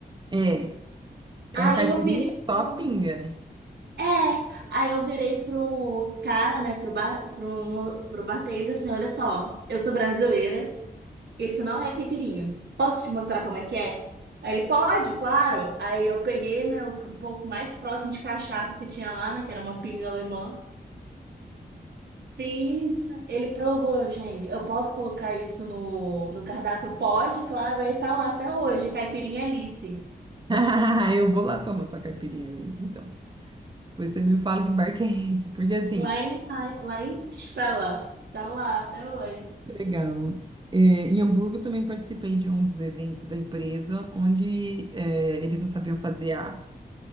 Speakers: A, on the right; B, on the right.
A: É, é
B: Aí
A: uma caipirinha
B: eu virei
A: só
B: pro...
A: pinga, né?
B: É, aí eu virei pro cara, né, pro bar... pro... pro bartender, assim, olha só, eu sou brasileira, Isso não é caipirinha. Posso te mostrar como é que é? Aí ele, pode, claro. Aí eu peguei, né, o um pouco mais próximo de cachaça que tinha lá, né, que era uma pinga alemã. Fiz, ele provou, gente. Eu posso colocar isso no, no cardápio? Pode, claro. Aí tá lá até hoje, caipirinha Alice.
A: <laughs> Eu vou lá tomar sua caipirinha, Liz, então. Depois você me fala que bar que é esse, porque assim,
B: Lá em, lá em Spella. Tá lá até hoje.
A: legal. É, em Hamburgo também participei de uns eventos da empresa onde é, eles não sabiam fazer a,